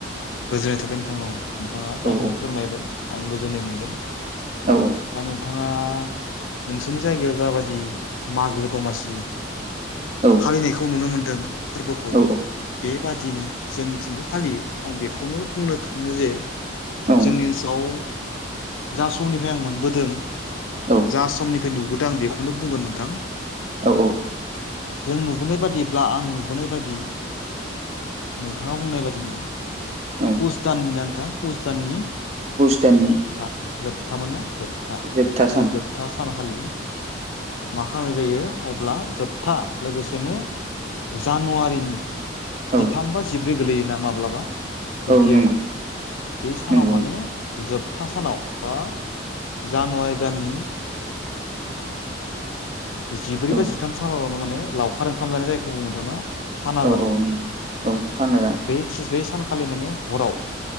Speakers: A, on the left; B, on the right.
A: गोजोननाय थाबाय नो बिथां औ नोंथाङा जाखिनि
B: औ
A: फोरमायबाय आं गोजोननाय मोन्दों।
B: औ औ
A: दा नोंथाङा नोंसोरनि जायगायाव जा बादि मागो दमासि
B: औ
A: फालिनायखौ नुनो मोनदों फोरबोखौ
B: औ
A: बेबादियैनो जोंनिथिंबो फालियो। आं बेखौनो बुंनो थाङो जे
B: औ
A: जोंनि ओनसोलाव जा समनिफ्राय आं मोनबोदों
B: औ
A: जा समनिफ्राय नुबोदों आं बेखौनो बुंगोन नोंथां।
B: औ नंगौ
A: जों नुबोनाय बादिब्ला आं न नुबोनाय बायदि नोंथाङा बुंनाय बादिनो
B: औ
A: पुस दान <unintelligible> नोंथां पुस दाननि
B: पुस दाननि
A: जोबथा जोबथामोन ना जोबथा
B: जोबथा
A: बे
B: सान
A: जोबथा जोबथा सानखालि मा खालामनाय जायो अब्ला जोबथा लोगोसेनो जानुवारिनि
B: औ
A: जिथाम बा जिब्रै गोलैयोना माब्लाबा
B: औ
A: बिब्दि
B: नंगौ
A: आरो बे सानाव
B: नंगौ
A: माने जोबथा सानाव बा जानुवारि दाननि जिब्रै
B: नंगौ
A: बा
B: औ
A: जिथाम सानावनो माने लावखार ओंखाम जानाय जायो था खाना
B: औ
A: जानाय
B: औ नंगौ औ खाना जानाय
A: बे बे सानखालि माने हराव